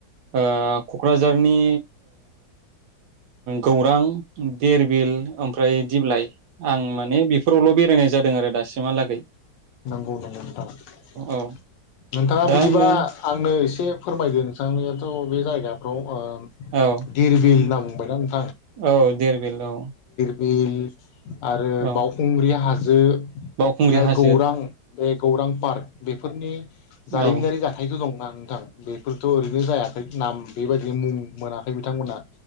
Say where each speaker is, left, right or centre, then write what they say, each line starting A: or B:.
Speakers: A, on the right; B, on the left.
A: ओ क'क्राझार । जोंनि गौरां देरबिल ओमफ्राय दिप्लाय आं माने बेफोरावल' बेरायनाय जादों आरो दासिमहालागै ।
B: नंगौ नंगौ नोंथाङा
A: औ
B: नोंथाङा
A: दा
B: बिदिबा
A: आङो
B: आंनो एसे फोरमायदो नोंथांनि त' बे जायगाफ्राव
A: औ
B: दिरबिल होनना बुङो । <inaudible>
A: औ धेरबिल औ
B: बिल आरो
A: औ
B: बावखुंग्रि हाजो ज
A: बावखुंग्रि हाय
B: गौरां बे गौरां पार्क बे फोरनि जारिमिनारि
A: औ
B: जाथायथ' दंना नोंथां? बेफोरथ ओरैनो जायाखै नाम बेबायदि मुं मोनाखै बिथां मोनहा